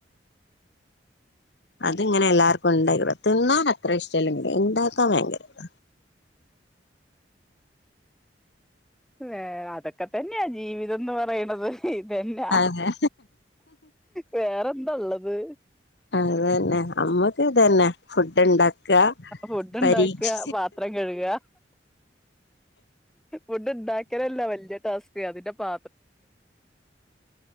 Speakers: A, on the left; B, in the centre.
A: അത്ങ്ങനെ എല്ലാർക്കും ഉണ്ടാക്കടാം തിന്നാൻ അത്ര ഇഷ്ടമല്ലെങ്കിൽ ഉണ്ടാക്കാൻ ഭയങ്കര ഇത
B: വേ അതൊക്കെ തന്നെയാ ജീവി ഇതന്ന് പറയണത് ഇതന്നെയാ
A: അതെ
B: വേറെന്താള്ളത്
A: അത് തന്നെ അമ്മക്ക് ഇതന്നെ ഫുഡ് ഇണ്ട ക്ക
B: ഫുഡ് ഉണ്ടാക്കുക
A: പരീക്ഷ
B: പാത്രം കഴുകുക ഫുഡ് ഉണ്ടാക്കാനല്ല വലിയ ടാസ്ക് അതിന്റെ പാ